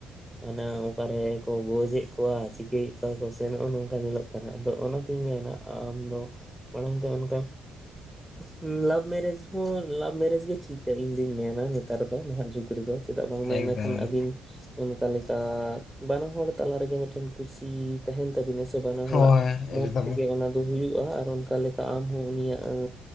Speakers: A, in the centre; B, on the left (about 60°).
A: ᱦᱟᱱᱮ ᱚᱠᱟᱨᱮ ᱠᱚ ᱜᱚᱡᱮᱫ ᱠᱚᱣᱟ ᱪᱤᱠᱟᱹᱭᱮᱫ ᱠᱚᱣᱟ ᱠᱚ ᱥᱮ ᱱᱚᱜᱚ ᱱᱚᱝᱠᱟ ᱧᱮᱞᱚᱜ <unintelligible> ᱚᱱᱟᱛᱤᱧ ᱢᱮᱱᱟ ᱟᱢᱫᱚ ᱢᱟᱲᱟᱝ ᱛᱮ ᱚᱱᱠᱟ ᱦᱩᱸ ᱞᱟᱵᱽ ᱢᱮᱨᱮᱡᱽ ᱦᱚᱸ ᱞᱟᱵᱽ ᱢᱮᱨᱮᱡᱽ ᱜᱮ ᱴᱷᱤᱠᱟ ᱤᱧ ᱫᱩᱧ ᱢᱮᱱᱟ ᱱᱮᱛᱟᱨ ᱫᱚ ᱱᱟᱦᱟᱜ ᱡᱩᱜᱽ ᱨᱮᱫᱚ᱾ ᱪᱮᱫᱟᱜ ᱵᱟᱝᱢᱟ
B: ᱮᱠᱫᱚᱢ
A: ᱮᱱᱮᱠᱷᱟᱱ ᱟᱹᱵᱤᱱ ᱚᱱᱠᱟ ᱞᱮᱠᱟ ᱵᱟᱱᱟ ᱦᱚᱲ ᱛᱟᱞᱟ ᱨᱮᱜᱮ ᱢᱤᱫᱴᱮᱱ ᱠᱩᱥᱤ ᱛᱟᱦᱮᱱ ᱛᱟᱵᱤᱱᱟ ᱥᱮ ᱵᱟᱱᱟ
B: ᱦᱳᱭ
A: ᱦᱚᱲᱟᱜ ᱢᱚᱛ
B: ᱮᱠᱫᱚᱢ
A: ᱛᱮᱜᱮ ᱚᱱᱟ ᱫᱚ ᱦᱩᱭᱩᱜ-ᱟ, ᱟᱨ ᱚᱱᱠᱟ ᱞᱮᱠᱟ ᱟᱢᱦᱚᱸ ᱩᱱᱤᱭᱟᱜ ᱮᱸ